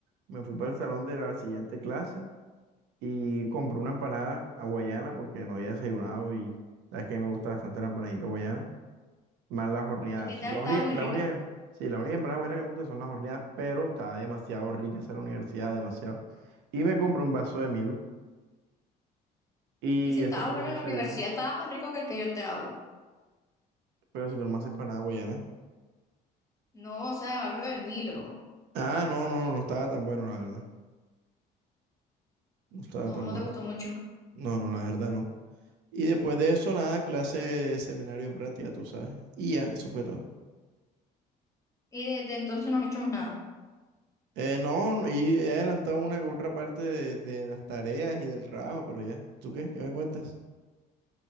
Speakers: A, on the right; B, on the left.
A: me fui para el salón de la siguiente clase y compré una empanada hawaiana porque no había desayunado y la verdad es que me gusta bastante la empanadita hawaiana, más las horneadas.
B: Ni qué tal,
A: La
B: estaba
A: única,
B: muy
A: la
B: rica.
A: única, sí, la única empanada hawaiana que me gusta son las horneadas, pero estaba demasiado rica esa en la universidad, demasiado. Y me compré un vaso de Milo y
B: Y si estaba
A: ese fue
B: bueno
A: mi desayuno,
B: en la universidad, estaba más rico que el que yo te hago.
A: pero si tú no me haces empanada hawaiana.
B: No, o sea, hablo del Milo.
A: Ah, no, no, no no estaba tan bueno, la verdad. No estaba
B: No,
A: tan
B: no
A: bueno.
B: te gustó mucho.
A: No, no, la verdad no. Y después de eso, nada, clase, seminario, práctica, tú sabes. Y ya, eso fue todo.
B: Y desde entonces no has hecho más nada.
A: Eh, no, y he adelantado una que otra parte de, de las tareas y del trabajo, pero ya. ¿Tú qué? ¿Qué me cuentas?